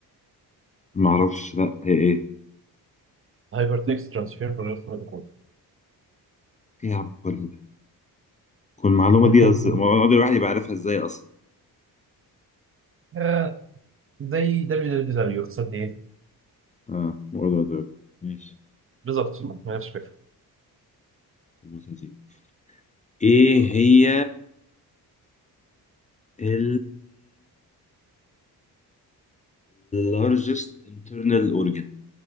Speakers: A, on the left; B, on the right.
A: معرفش لأ هي إيه
B: هايبر تكست ترانسفير بروتوكول
A: إيه يا عم كل ده كل المعلومة
B: <laughs>
A: دي أز... المعلومة دي الواحد يبقى عارفها إزاي أصلا
B: آه، زي دبليو دبليو دبليو اقتصاد ايه
A: آه World Wide Web ماشي
B: بالظبط ما عنديش فكره
A: بص يا سيدي ايه هي ال largest internal organ